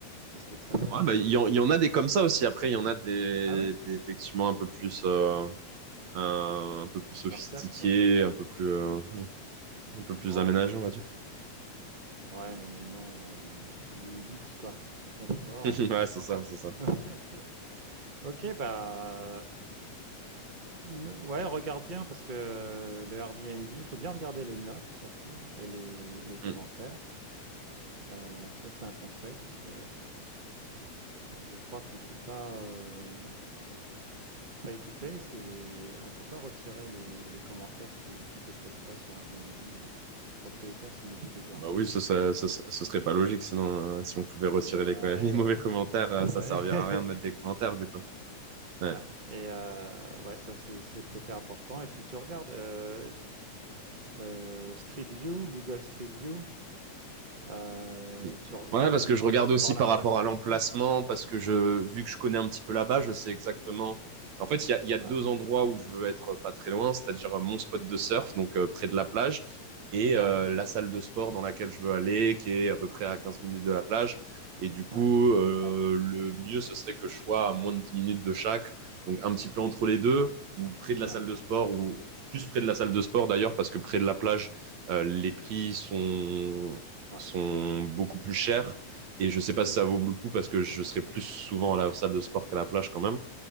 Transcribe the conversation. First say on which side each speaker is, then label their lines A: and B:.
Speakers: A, on the right; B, on the right.
A: Mais c'était très fréquent
B: Ouais, bah,
A: à
B: il
A: l'époque.
B: y, en il y en a des comme ça aussi. Après, il y en a des,
A: Ah ouais?
B: des effectivement un peu plus, euh, un, un peu plus
A: Spartiate,
B: sophistiqués,
A: quoi.
B: un peu plus, euh,
A: Mhm.
B: un peu plus
A: Ouais,
B: aménagés, on va dire.
A: ouais, mais maintenant, euh, ouais, on a pris goût au luxe, quoi, au confort.
B: <laughs> Ouais, c'est ça, c'est ça.
A: <laughs> Ok, bah, n- ouais, regarde bien parce que le Airbnb, il faut bien regarder les notes surtout et les, les commentaires.
B: Mm.
A: Euh, ça, c'est un conseil parce que je crois qu'on peut pas. euh, pas y couper, c'est on peut pas retirer les, les commentaires qui, qui te plaisent pas sur Airbnb. Les propriétaires sont obligés de les garder.
B: Bah oui, ce, serait- ce, serait ce serait pas logique sinon. euh, si on pouvait retirer
A: Ouais,
B: les, co- <laughs> les mauvais
A: ouais,
B: commentaires,
A: c'est
B: euh,
A: vrai.
B: ça servirait à rien de mettre
A: <laughs>
B: des commentaires, du coup. Ouais.
A: Ouais. Et euh, ouais, ça c'est c'est le côté important. Et puis tu regardes euh, euh, Street View, Google Street View. euh,
B: Mm.
A: tu re-
B: Ouais, parce
A: tu
B: que je regarde
A: essaies d'avoir
B: aussi
A: l'adresse
B: par rapport
A: précise.
B: à l'emplacement, parce que je,
A: Ouais,
B: vu que je connais un petit peu là-bas, je sais exactement. En fait, il y a, il y a deux
A: ouais,
B: endroits où je veux être pas très loin, c'est-à-dire mon spot de surf, donc euh, près de la plage, et euh,
A: ouais,
B: la salle de sport dans laquelle je veux aller, qui est à peu près à 15 minutes de la plage. Et du coup,
A: ouais,
B: euh, le mieux, ce serait que je sois à moins de 10 minutes de chaque, donc un petit peu entre les deux, ou près de la
A: ouais,
B: salle de sport, ou plus près de la salle de sport d'ailleurs, parce que près de la plage, euh, les prix sont
A: ouais,
B: sont
A: Ils sont plus chers
B: beaucoup
A: certainement.
B: plus chères.
A: Ouais.
B: Et je sais
A: Mhm.
B: pas si ça vaut le coup parce que je serai plus souvent à la salle de sport qu'à la plage quand même.